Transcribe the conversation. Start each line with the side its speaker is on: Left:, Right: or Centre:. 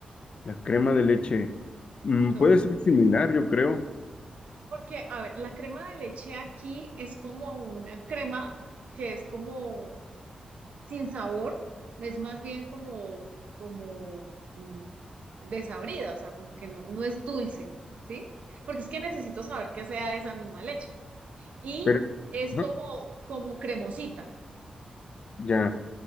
Left: la crema de leche. Mm,
Right: No.
Left: puede ser similar, yo creo,
Right: Porque, a ver, la crema de leche aquí es como una crema que es como sin sabor, es más bien como, como mm, desabrida, o sea, como que no, no es dulce, ¿sí? Porque es que necesito saber que sea esa misma leche. ¿no? Y
Left: pero
Right: es
Left: ajá,
Right: como, como cremosita.
Left: ya,